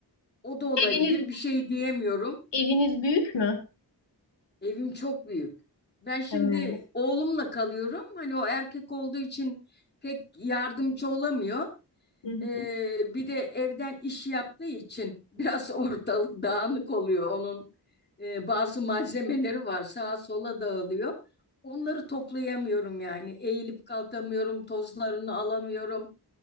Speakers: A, on the left; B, on the left.
A: O da olabilir.
B: Eviniz
A: Bir şey diyemiyorum.
B: eviniz büyük mü?
A: Evim çok büyük. Ben şimdi
B: Evet.
A: oğlumla kalıyorum. Hani o erkek olduğu için pek yardımcı olamıyor.
B: <laughs>
A: Ee, bir de evden iş yaptığı için <laughs> biraz ortalık dağınık oluyor. Onun e, bazı malzemeleri var sağa sola dağılıyor. Onları toplayamıyorum yani. Eğilip kalkamıyorum, tozlarını alamıyorum.